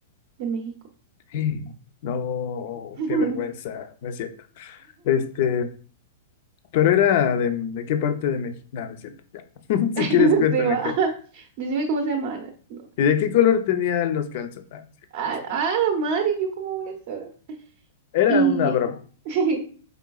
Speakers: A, on the right; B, on the left.
A: de México.
B: <gasps> No,
A: <laughs>
B: qué vergüenza, no es cierto. Este, Pero era de, ¿de qué parte de México? No, no es cierto, ya. <laughs> Si
A: <laughs>
B: quieres, cuéntame,
A: Se va.
B: cara.
A: Decime cómo se llama. Ana. No.
B: ¿Y de qué color tenían los calzones? No, no es cierto,
A: Ah,
B: este,
A: ah, la madre, ¿yo cómo voy a saber?
B: Era
A: Y,
B: una broma.
A: <laughs>